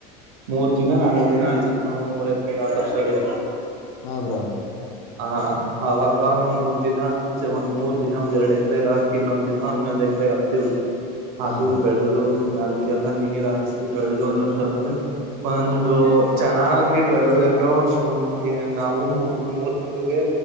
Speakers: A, on the right; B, on the left.
A: ಮೂರ್ ದಿನ ನಾಲ್ಕಕ್ ದಿನ ಆಯ್ತದ ಬ್ರ ಒಂದ ಮೂರ್ ಐ್ತ ಬ ಆಕಷ್ಟಲ್ಲಿ
B: ಹ ಬ್ರಾ
A: ಹ ಅವಾಗ ಒಂದ್ ಮೂರ್ ದಿನ ಆಚೆ ಒಂದ್ ಮೂರ್ ದಿನ ಒಂದ್ ಎರಡ್ ಎಕರೆಗ ಹಾಕಿ ಇನ್ನೊಂದ್ ದಿನ ಇನ್ನೊಂದ್ ್ರ ಆತಿಲ್ವಾ ಅದು
B: ಹಾಂ
A: ಬೆಳೆದು ಅದಕ್ಕೆಲ್ಲ ನೀರ ಹಾಯಿಸಿ ಬೆಳೆದು ಅನ್ನೋ ಒಂದೊಂದು ಚೆನ್ನಾಗಿ ಬೆಳೆದ್ರೆ ಫೆಬ್ರವರಿ ಒಂದ ನಾವು ಮೂರ್ ಮೂವ ತಿಮಗೆ